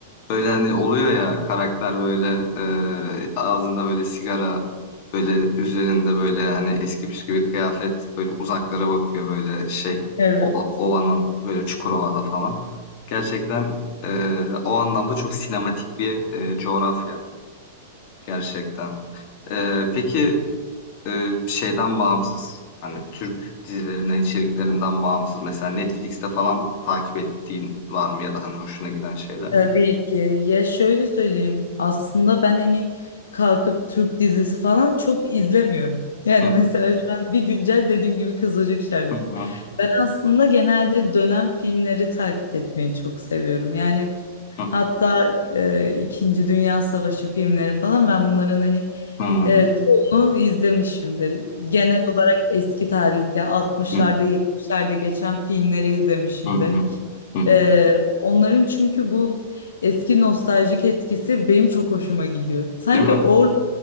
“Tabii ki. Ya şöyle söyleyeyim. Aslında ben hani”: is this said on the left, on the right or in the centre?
Left